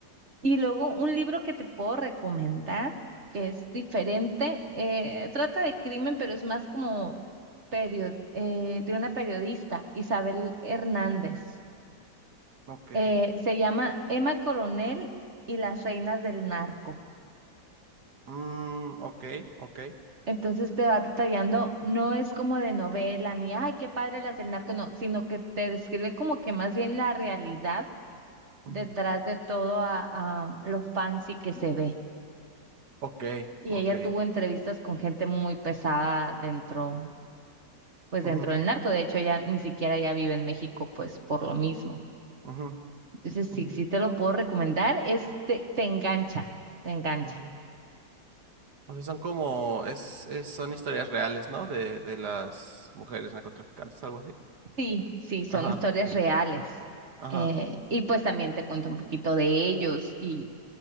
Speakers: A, on the right; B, on the right.
A: Y luego un libro que te puedo recomendar, que es diferente. eh, trata de crimen, pero es más como perio- eh, de una periodista, Isabel Hernández.
B: Ok.
A: Eh, se llama Emma Coronel y las reinas del narco.
B: Mm, ok, ok.
A: Entonces te va detallando, no es como de novela, ni, ay, qué padre las del narco, no, sino que te describe como que más bien la realidad detrás
B: ujú,
A: de todo a, a lo fancy que se ve.
B: Ok,
A: Y
B: ok.
A: ella tuvo entrevistas con gente muy pesada dentro, pues
B: ujú,
A: dentro del narco. De hecho, ella ni siquiera ya vive en México, pues por lo mismo.
B: ujú,
A: Entonces, sí,
B: ujú,
A: sí te lo puedo recomendar, es, te, te engancha, te engancha.
B: ujú. O sea, son como, es, es- son historias reales, ¿no? De, de las mujeres narcotraficantes, algo así.
A: Sí, sí, son
B: Ajá,
A: historias reales.
B: ajá.
A: Eh, y pues también te cuento un poquito de ellos y